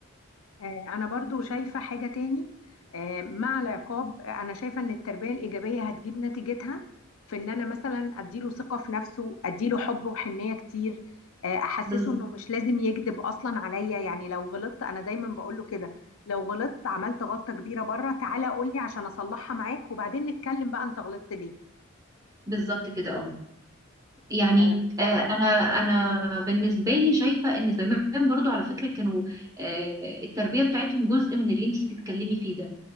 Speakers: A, on the left; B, on the right.
A: آه، أنا برضو شايفة حاجة تاني آه، مع العقاب آه، أنا شايفة إن التربية الإيجابية هتجيب نتيجتها في إن أنا مثلا أديله ثقة في نفسه أديله حب وحنية كتير آه، أحسسه
B: بز-
A: إنه مش لازم يكذب أصلا عليا يعني لو غلطت أنا دايما بقوله كده لو غلطت عملت غلطة كبيرة بره تعالى قولي عشان أصلحها معاك وبعدين نتكلم بقى أنت غلطت ليه
B: بالظبط كده اه يعني
A: آه،
B: آه، انا انا بالنسبه لي شايفه ان زمان برضو على فكره كانوا آه، التربيه بتاعتهم جزء من اللي انت بتتكلمي فيه ده